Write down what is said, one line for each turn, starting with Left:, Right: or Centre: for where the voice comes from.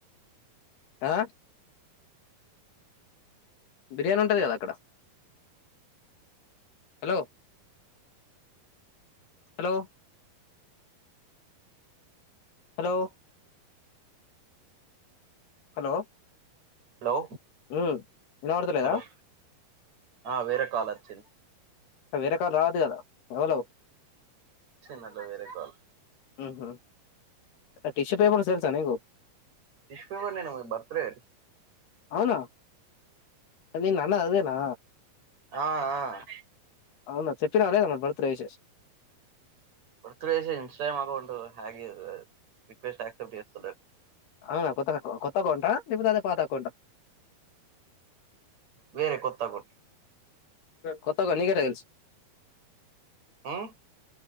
Left: ఆ బిర్యానీ ఉంటది కదా అక్కడ hello hello hello hello
Right: hello
Left: hello వినపడత లేదా
Right: హలో ఆ వేరే కాల్ వచ్చింది
Left: వేరే కాల్ రావద్దు కదా ఎవలు
Right: వచ్చిందండి వేరే కాల్
Left: ఉహు టిష్యూ పేపర్స్ తెలుసా నీకు
Right: టిష్యూ పేపర్ బర్త్ డే
Left: అవునా నేను అన్నది అదేనా
Right: ఆ ఆ
Left: అవునా చెప్పినారా మల బర్తడే విషెస్
Right: బర్త్డే చేసి Instagram account hack request accept చేస్తలేదు
Left: అవునా కొత్త కొత్త అకౌంట లేకపోతే అదే పాత అకౌంటా
Right: వేరే కొత్త అకౌంట్
Left: కొత్త అకౌంట్ నీకు ఎట్లా తెలుసు
Right: ఉ